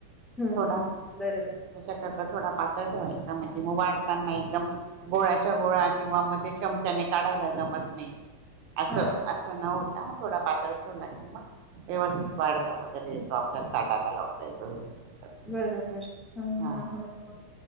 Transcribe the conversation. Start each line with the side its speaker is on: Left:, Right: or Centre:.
Centre: हम्म
Right: थोडा
Centre: हम् बरोबर.
Right: त्याच्याकरता थोडा पातळ ठेवायचा म्हणजे मग वाढताना एकदम गोळ्याच्या गोळ किंवा मग ते चमचाने काढायला जमत नाही अस..
Centre: हा
Right: चणा होता थोडा पातळ ठेवू लाग मग व्यवस्थित वाढता वगैरे तो आपल्याला ताटाला लावता येतो व्यवस्थित. अस
Centre: बरोबर हम
Right: हा
Centre: हम ह